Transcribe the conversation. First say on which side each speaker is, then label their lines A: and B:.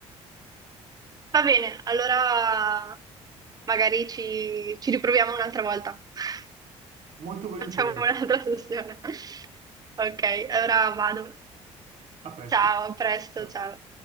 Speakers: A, on the right (about 30°); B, on the right (about 60°).
A: Va bene, allora magari ci, ci riproviamo un'altra volta. <laughs>
B: Molto volentieri.
A: Facciamo un'altra sessione. Ok, allora vado.
B: A presto.
A: Ciao, a presto,
B: Ciao.
A: ciao.